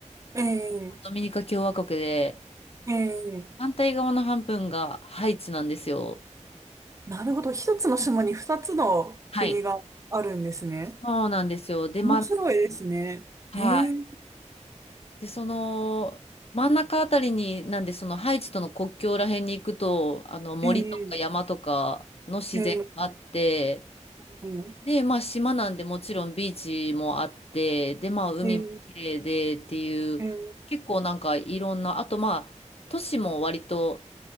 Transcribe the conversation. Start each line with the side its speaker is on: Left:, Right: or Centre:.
Right: ええ、
Left: ドミニカ共和国で、
Right: ええ。
Left: 反対側の半分がハイチなんですよ。
Right: なるほど。一つの島に二つの国があるんですね。
Left: はい。そうなんですよ。で、ま
Right: 面白いですね。
Left: あ、
Right: へえ。
Left: はい。で、その、真ん中あたりに、なんで、そのハイチとの国境ら辺に行くと、あの、森とか山とかの自然があって、
Right: ええ、ええ、え
Left: で、まあ島なんでもちろんビーチもあって、で、まあ海も綺麗でっていう、
Right: え、ええ、
Left: 結構なんかいろんな、あとまあ都市も割と